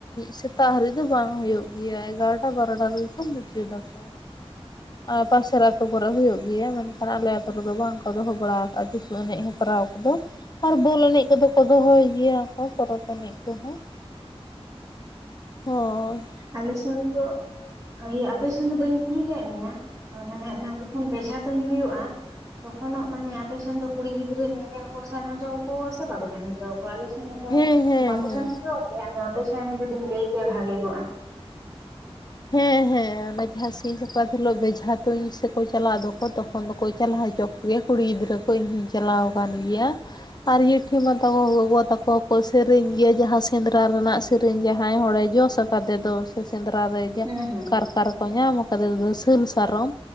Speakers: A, on the left; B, on the right.
A: ᱥᱮ ᱛᱟᱜ ᱦᱟᱹᱨᱤᱡ ᱫᱚ ᱵᱟᱝ ᱦᱩᱭᱩᱜ ᱜᱮᱭᱟ ᱮᱜᱟᱨᱚᱴᱟ ᱵᱟᱨᱚᱴᱟ ᱨᱮᱜᱮ ᱠᱚ ᱢᱩᱪᱟᱹ ᱫᱟᱠᱚ᱾
B: <inaudible>
A: ᱟ ᱯᱟᱥᱮᱨ ᱟᱹᱛᱩᱳ ᱠᱚᱨᱮᱜ ᱦᱩᱭᱩᱜ ᱜᱮᱭᱟ ᱢᱮᱱᱠᱷᱟᱱ ᱟᱞᱮ ᱟᱹᱛᱩ ᱨᱮᱫᱚ ᱵᱟᱝ ᱠᱚ ᱫᱚᱦᱚ ᱵᱟᱲᱟ ᱠᱟᱜ-ᱟ ᱴᱩᱥᱩ ᱮᱱᱮᱡ ᱦᱮᱯᱨᱟᱣ ᱠᱚᱫᱚ᱾ ᱟᱨ ᱵᱚᱞ ᱮᱱᱮᱡ ᱠᱚᱫᱚ ᱠᱚ ᱫᱚᱦᱚᱭ ᱜᱮᱭᱟ ᱠᱚ ᱯᱚᱨᱚᱵᱽ ᱮᱱᱮᱡ ᱠᱚᱦᱚᱸ ᱦᱳᱭ᱾
B: ᱟᱞᱮᱥᱮᱱ ᱫᱚ ᱤᱭᱟᱹ ᱟᱯᱮᱥᱚᱱ ᱫᱚ ᱵᱟᱹᱧ ᱠᱩᱞᱤ ᱞᱮᱫ ᱢᱮᱭᱟ ᱢᱟᱱᱮ ᱚᱱᱟ ᱡᱚᱠᱷᱚᱱ ᱵᱷᱮᱡᱷᱟ ᱛᱩᱧ ᱦᱩᱭᱩᱜᱼᱟ, ᱛᱚᱠᱷᱚᱱᱟᱜ ᱢᱟᱱᱮ ᱟᱯᱮᱥᱮᱱ ᱫᱚ ᱠᱩᱲᱤ ᱜᱤᱫᱽᱨᱟᱹ ᱧᱮᱧᱮᱞ ᱠᱚ ᱥᱮᱱ ᱦᱚᱪᱚᱣᱟᱠᱚᱣᱟ ᱥᱮ ᱵᱟᱠᱚ ᱥᱮᱱ ᱦᱚᱪᱚᱣᱟ ᱟᱞᱮ ᱥᱮᱱ ᱫᱚ ᱫᱚ
A: ᱦᱮᱸ ᱦᱮᱸ
B: ᱵᱟᱠᱚ
A: ᱦᱮᱸ
B: ᱥᱮᱱ ᱦᱚᱪᱚᱣᱭᱟᱠᱚᱣᱟ ᱟᱫᱚ ᱟᱯᱮ ᱥᱮᱱ ᱡᱩᱫᱤᱢ ᱞᱮᱭ ᱠᱮᱭᱟ ᱵᱷᱟᱜᱤ ᱠᱚᱜ-ᱟ᱾
A: ᱦᱮᱸ ᱦᱮᱸ ᱚᱱᱟ ᱡᱷᱟ ᱥᱤᱧ ᱥᱟᱠᱨᱟᱛ ᱦᱤᱞᱳᱜ ᱵᱮᱡᱷᱟ ᱛᱩᱧ ᱥᱮᱠᱚ ᱪᱟᱞᱟᱜᱣ ᱫᱚᱠᱚ ᱛᱚᱠᱷᱚᱱ ᱫᱚᱠᱚ ᱪᱟᱞᱟᱣ ᱦᱚᱪᱚ ᱤᱭᱟᱹ ᱠᱩᱲᱤ ᱜᱤᱫᱽᱨᱟᱹ ᱠᱚ ᱤᱧ ᱦᱚᱧ ᱪᱟᱞᱟᱣ ᱠᱟᱱ ᱜᱮᱭᱟ, ᱟᱨ ᱡᱮ ᱴᱷᱤ ᱢᱟᱛᱟᱠᱚ ᱜᱚᱜᱚ ᱛᱟᱠᱚ ᱠᱚ ᱥᱮᱨᱮᱧ ᱜᱮᱭᱟ ᱡᱟᱦᱟᱸ ᱥᱮᱸᱫᱽᱨᱟ ᱨᱮᱱᱟᱜ ᱥᱮᱨᱮᱧ ᱡᱟᱦᱟᱸᱭ ᱦᱚᱲᱮ ᱡᱚᱥ ᱠᱟᱫᱮ ᱫᱚ ᱥᱮ ᱥᱮᱸᱫᱽᱨᱟ ᱨᱮ ᱡᱟ
B: ᱦᱩᱸ ᱦᱩᱸ
A: ᱠᱟᱨᱠᱟᱨ ᱠᱚ ᱧᱟᱢ ᱠᱟᱫᱮ ᱫᱚ ᱥᱟᱞ ᱥᱟᱨᱚᱢ